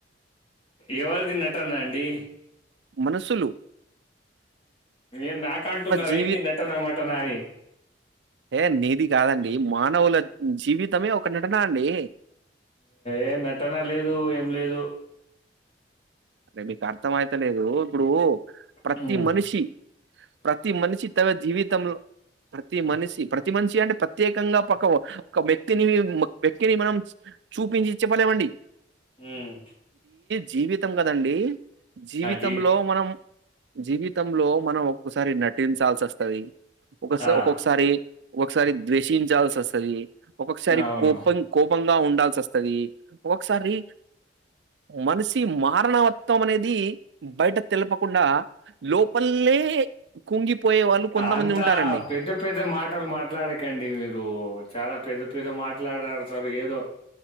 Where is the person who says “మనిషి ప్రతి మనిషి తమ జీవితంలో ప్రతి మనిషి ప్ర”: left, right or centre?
Right